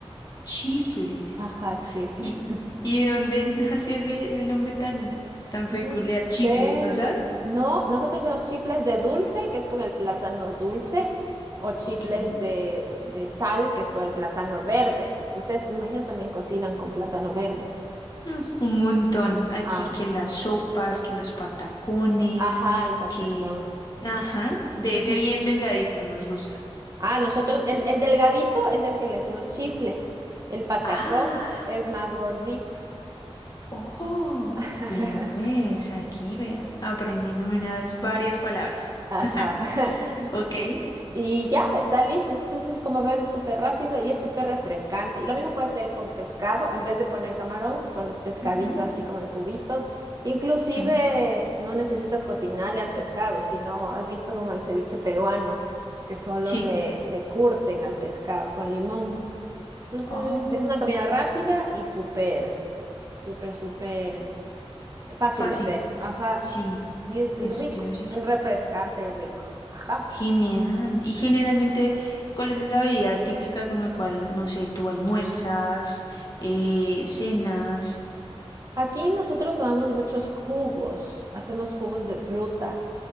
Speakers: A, on the left; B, on the right.
A: chifles.
B: Ajá, chifles.
A: ¿Y,
B: <laughs>
A: y de dónde <laughs> nace ese, ese nombre tan, tan
B: No
A: peculiar?
B: sé,
A: Chifles, ¿no sabes?
B: no, no, nosotros tenemos chifles de dulce, que es con el plátano dulce, o chifles
A: Ok.
B: de, de sal, que es con el plátano verde, que ustedes, me imagino, también cocinan con plátano verde.
A: Mm, un montón. Aquí
B: Ah,
A: que
B: no.
A: las sopas, que los patacones,
B: Ajá, el patacón.
A: que... Ajá, de
B: Ujú.
A: ese bien delgadito nos gusta.
B: Ah, nosotros, el, el delgadito es el que le decimos chifle, el patacón
A: Ah,
B: es más gordito.
A: oh,
B: <laughs>
A: vea pues, aquí vea, aprendiéndome
B: Sí.
A: unas varias palabras.
B: Ajá.
A: <laughs>
B: <laughs>
A: Ok.
B: Y ya, está listo. Entonces, como ves, es súper rápido y es súper refrescante. Y lo mismo puede hacer con pescado. En vez de poner camarón, pones pescadito
A: ujú,
B: así como en cubitos. Inclusive
A: Sí.
B: no necesitas cocinarle al pescado, sino has visto como el ceviche peruano, que solo
A: Sí.
B: le, le curten al pescado con limón. Entonces,
A: Oh,
B: es una comida rápida y súper, súper, súper eh, fácil
A: fácil.
B: de hacer. Ajá.
A: Sí,
B: Y es, es
A: eso
B: rico,
A: te iba a decir.
B: es refrescante y rico. Ajá.
A: Genial. Y generalmente, ¿cuál es esa bebida típica con la cual, no sé, tú almuerzas, eh, cenas?
B: Aquí nosotros tomamos muchos jugos, hacemos jugos de fruta.